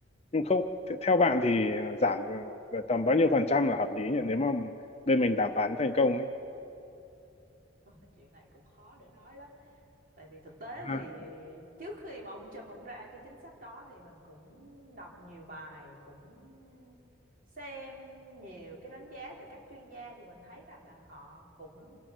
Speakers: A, on the left; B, on the right.
A: Nhưng không th- theo bạn thì à, giảm về về tầm bao nhiêu phần trăm là hợp lý nhỉ nếu mà bên mình đàm phán thành công ấy.
B: Ờ, chuyện này cũng khó để nói lắm tại vì thực tế thì
A: Ha.
B: trước khi mà ông Trump ông ra cái chính sách đó thì mình cũng đọc nhiều bài cũng xem nhiều cái đánh giá từ các chuyên gia thì mình thấy rằng là họ cũng